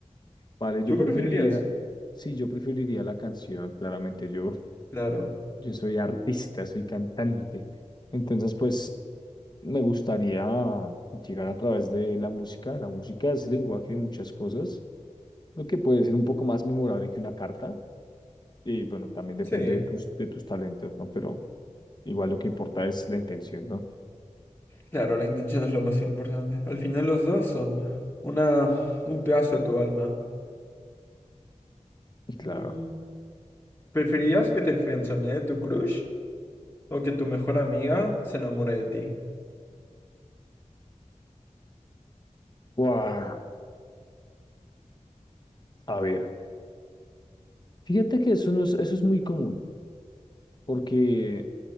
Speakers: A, on the left; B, on the left.
A: Vale, yo
B: ¿Tú
A: preferiría,
B: qué preferirías?
A: sí, yo preferiría la canción, claramente yo.
B: Claro,
A: Yo soy artista, soy cantante. Entonces, pues me gustaría llegar a través de la música. La música es el lenguaje de muchas cosas, lo que puede ser un poco más memorable que una carta. Y bueno, también depende
B: sí,
A: de tus, de tus talentos, ¿no? Pero igual lo que importa es la intención, ¿no?
B: claro, la intención es lo más importante. Al final los dos son una, un pedazo de tu alma.
A: Y Claro.
B: Mm, ¿Preferirías que te friendzonee tu crush o que tu mejor amiga se enamore de ti?
A: ¡Guau! A ver, fíjate que eso, no es, eso es muy común, porque,